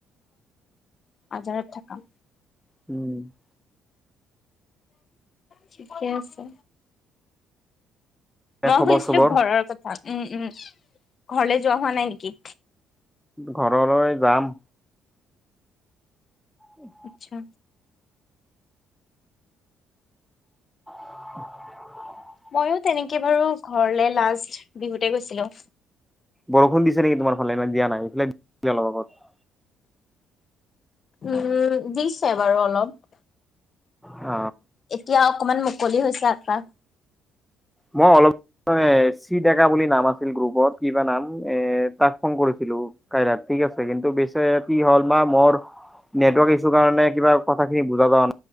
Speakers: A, on the left; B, in the centre.
A: আজাৰত থাকা
B: উম
A: ঠিকে আছে।
B: এ
A: মই
B: খবৰ
A: শুিছিলো
B: চবৰ
A: ঘৰৰ কথা উম', উম, ঘৰলে যোৱা হোৱা নাই নেকি?
B: ঘৰলৈ যাম। উ <unintelligible>
A: আচ্ছা
B: <unintelligible>
A: মইও তেনেকে বাৰু ঘৰলে লাষ্ট বিহুতে গৈছিলো
B: বৰষুণ দিছে নেকি তোমাৰ ফালে ন দিয়া নাই সফে অলপ আগত
A: উম, দিছে বাৰু অলপ
B: অ
A: এতিয়া অকমান মুকলি হৈছে আকাশ
B: মই অলপ ম চি ডেকা বুলি নাম আছিল গ্ৰুপত কিবা নাম এ তাক ফোন কৰিছিলো কাইৰা ঠিক আছে কিন্তু বেচ কি হল বা মৰ নেটৱৰ্ক ইছু কাৰণে কিবা কথাখিনি বুজা যা